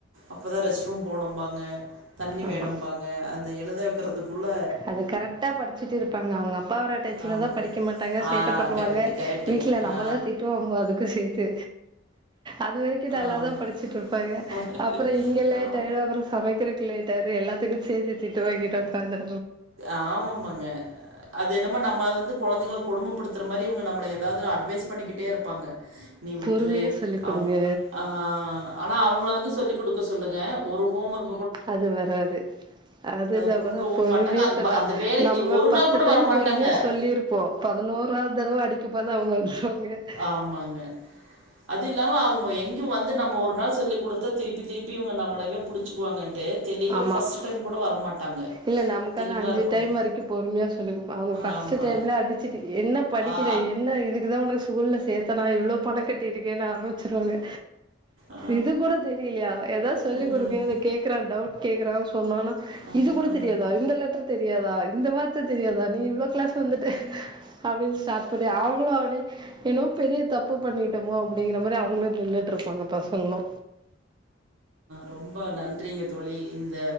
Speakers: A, on the right; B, on the right.
A: அப்ப தா ரெஸ்ட் ரூம் போணும்பாங்க தண்ணி
B: ஆமா
A: வேணும்பாங்க அந்த எழுத வெக்கிறதுக்குள்ள
B: அது கரெக்ட படிச்சுட்டு இருப்பாங்க அவ்ங்க அப்பா வர டயத்துல
A: ஆமா
B: தா படிக்க மாட்டாங்க
A: ஆ
B: சேட்ட பண்ணுவாங்க
A: கரெக்ட்டு கரெக்ட்டுங்க
B: வீட்ல நம்ம
A: ஆ
B: தா திட்டுவாங்குவோ அதுக்கு சேத்து அது வரைக்கு நல்லா
A: ஆமா
B: தா படிச்சுட்ருப்பாங்க
A: ஆமா
B: அப்றோ இங்க லேட்டாயிரு அப்றோ சமைக்கிறதுக்குல்லையு செரி எல்லாத்துக்கு சேத்து திட்டு வாங்கிட்டு ஒக்காந்துரு
A: ஆமா ஆமாங்க அது என்னமோ நம்ம வந்து கொழந்தைங்கள கொடுமப்படுத்துற மாரி இவ்ங்க நம்மள எதாவ்து அட்வைஸ் பண்ணிக்கிட்டே இருப்பாங்க நீ விட்ரு
B: பொறுமையாக சொல்லிக் கொடுங்க
A: அவ்ங்க ஆ ஆனா அவ்ங்கள வந்து சொல்லிக் குடுக்க சொல்லுங்க ஒரு ஹோம் ஒர்க்
B: அது வராது அது இது அப்பதா
A: குடுக்கவும்
B: பொறுமையே
A: மாட்டாங்க. அது
B: சொல்ல
A: வ அந்த வேலைக்கு
B: நம்ம
A: ஒரு
B: பத்து
A: நாள் கூட
B: டைம்
A: வரமாட்டாங்க.
B: பொறுமையா சொல்லிருப்போ பதினோராவ்து தடவ அடிக் க்க போனா அவ்ங்க <unintelligible>
A: ஆமாங்க. அது இல்லாம அவுங்க எங்க வந் வந்து நம்ம ஒரு நாள் சொல்லி கொடுத்தா திருப்பி திருப்பி இவங்க நம்மளவே புடிச்சிக்குவாங்கன்ட்டு தெளிவா
B: ஆமாம்
A: ஃபஸ்டு டைம் கூட வரமாட்டாங்க
B: இல்ல நமக்காது
A: தெளிவா
B: அஞ்சுடைம்
A: இருப்பாங்க.
B: வரைக்கு பொறுமையா சொல்லிருப்போ அவங்க ஃபர்ஸ்ட்
A: ஆமா.
B: டைம்ல அடிச்சிட்டு என்னப் படிக்கிற
A: ஆ.
B: என்ன இதுக்குதா உனக்கு ஸ்கூல்ல சேத்தனா இவ்ளோ பண கட்டியிருக்கேனு ஆரமிச்சிருவாங்க
A: ஆ.
B: இது கூட தெரியலையா ஏதாது சொல்லி
A: ம்.
B: கொடுங்க இத கேக்குறா டவுட் கேக்குறா சொன்னானா
A: அஹ.
B: இது கூட
A: ம்.
B: தெரியாதா இந்தள ட்டர் தெரியாதா இந்த வார்த்த தெரியாதா நீ இவ்ளோ கிளாஸ் வந்துட்ட அப்டினு ஸ்டார்ட் பண்ணி அவங்களு அப்டி என்னோ பெரிய தப்பு பண்ணிட்டமோ அப்டிங்கிற மாரி அவங் அவங்களு நின்னுட்ருப்பாங்க பசங்களு
A: ரொம்ப நன்றிங்க தோழி இந்த